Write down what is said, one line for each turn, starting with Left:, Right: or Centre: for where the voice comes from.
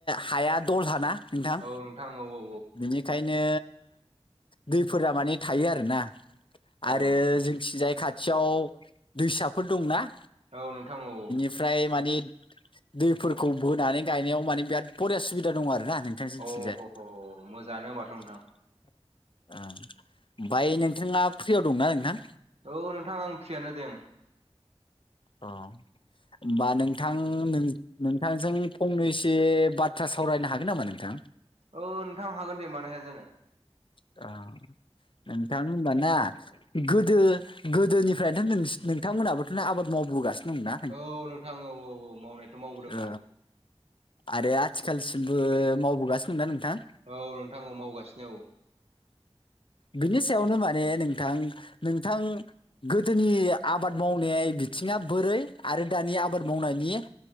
Left: हाया दलहाना। नोंथां।
Right: औ औ औ
Left: बेनि खायनो दैफोरा माने थायो आरोना
Right: औ
Left: आरो
Right: नोंथां
Left: जोंथिंजाय खाथियाव दैसाफोर दंना।
Right: औ नोंथां औ औ
Left: ओमफ्राय मानि दैफोरखौ बोनानै गायनायाव माने बिराद बरिया सुबिदा दं आरो ना नों <unintelligible>
Right: अ ह ह मोजाङानो होनबाथ' नोंथां
Left: ओमफ्राय नोंथाङा फ्रियाव दंना नोंथां?
Right: औ नोंथां आं फ्रियानो दे ओं।
Left: अ होमबा नोंथां नों नोंथांजों फंनैसे बाथ्रा सावरायनो हागोन नामा नोंथां?
Right: औ नोंथां हागोन दे मानो हाया जानो।
Left: <unintelligible> थांनो होनबा ना गोदो गोदोनिफ्रायनो नोंस- नोंथांमोनहाबोथ' आबाद मावबोगासिनो दं ना?
Right: औ नोंथां औ औ औ मावनायाथ' मावबोदों
Left: ओ
Right: औ।
Left: आरो आथिखालसिमबो मावबोगासिनो दं ना नोंथां?
Right: औ नोंथां मावगासिनो औ
Left: बिनि सायावनो माने नोंथां नोंथां गोदोनि आबाद मावनाय बिथिङा बोरै आरो दानि आबाद मावनायनि